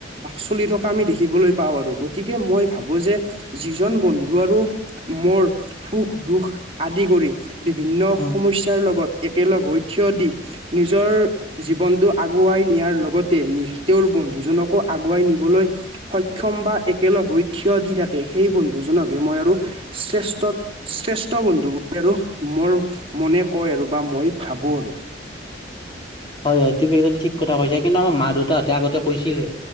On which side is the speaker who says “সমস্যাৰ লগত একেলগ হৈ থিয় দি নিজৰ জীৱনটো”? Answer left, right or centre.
Right